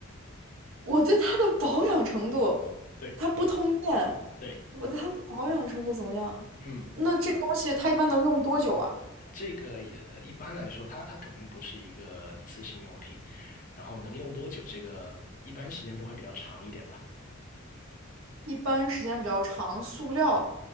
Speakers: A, on the right (about 70°); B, on the left (about 40°).
A: 我对它的保养程度，
B: 对
A: 它不通电，
B: 对，
A: 我对它的保养程度怎么样？
B: 嗯，
A: 那这个东西它一般能用多久啊？
B: 这个也一般来说，它它肯定不是一个一次性用品，然后能用多久，这个一般时间都会比较长一点吧。
A: 一般时间比较长，塑料